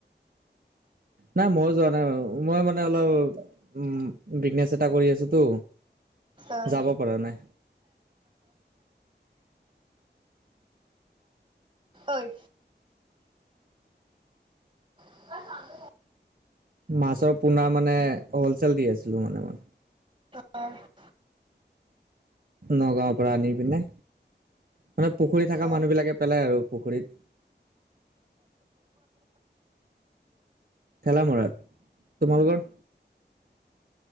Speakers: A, on the right; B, on the right.
A: নাই মইো যোৱা নাই, মই মানে অলপ উম, বিগনেছ এটা কৰি আছোতো
B: অ',
A: যাব পৰা নাই।
B: অই, <unintelligible>
A: মাছৰ পোনা মানে, হলচেল দি আছিলো মানে মই।
B: অ', <unintelligible>
A: নগাঁৱৰ পৰা আনি পিনে। মানে পুখুৰী থকা
B: অ',
A: মানুহবিলাকে পেলায় আৰু পুখুৰীত। ঠেলামৰাত, তোমালোকৰ?